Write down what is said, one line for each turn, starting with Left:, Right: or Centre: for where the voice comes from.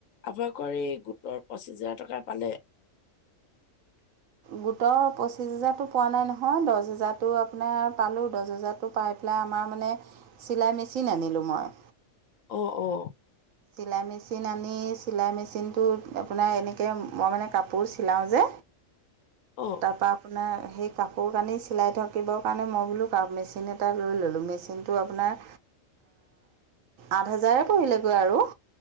Left: আপোনালোকৰ হেৰি গোটৰ পঁচিছ হাজাৰ টকাৰ পালে।
Right: গোটৰ পঁচিছ হেজাৰতটো পোৱা নাই নহয় দহ হেজাৰটো আপোনাৰ পালোঁ, দহ হেজাৰত টো পাই পেলাই আমাৰ মানে চিলাই মেচিন আনিলোঁ মই।
Left: অ', অ',
Right: চিলাই মেচিন আনি চিলাই মেচিনটোত আপোনাৰ এনেকৈ মই মানে কাপোৰ চিলাওঁ যে
Left: অ',
Right: তাৰ পৰা আপোনাৰ সেই কাপোৰ কানি চিলাই থাকিবৰ কাৰণে মই বোলো মেচিন এটা লৈ ল'লোঁ মেচিনটো আপোনাৰ। আঠ হোজাৰে পৰিলেগৈ আৰু।